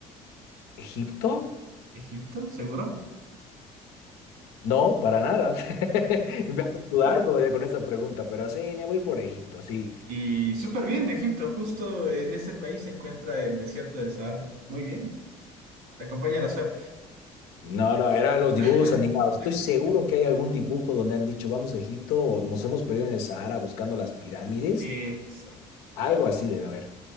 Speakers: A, on the left; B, on the right.
A: Egipto.
B: Egipto, seguro.
A: No, para nada. <laughs> Me vas a sudar todavía con esa pregunta, pero sí, me voy por Egipto, sí.
B: Y súper bien, Egipto. Justo en ese país se encuentra el desierto del Sahara. Muy bien. Te acompaña la suerte.
A: No, no, eran los dibujos
B: <laughs>
A: animados. Estoy seguro que hay algún dibujo donde han dicho vamos a Egipto o nos hemos perdido en el Sahara buscando las pirámides.
B: Exacto.
A: Algo así debe haber.